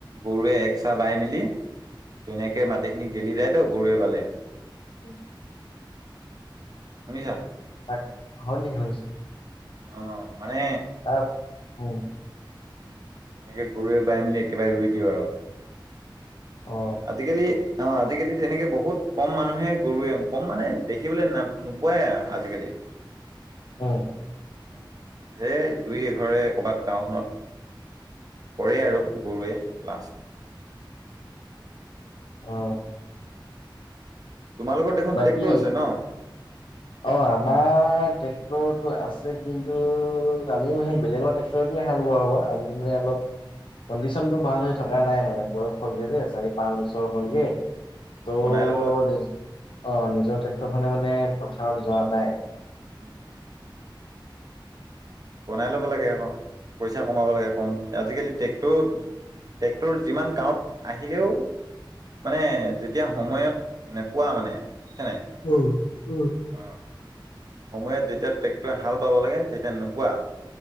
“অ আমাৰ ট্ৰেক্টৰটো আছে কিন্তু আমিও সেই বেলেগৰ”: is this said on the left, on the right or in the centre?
Left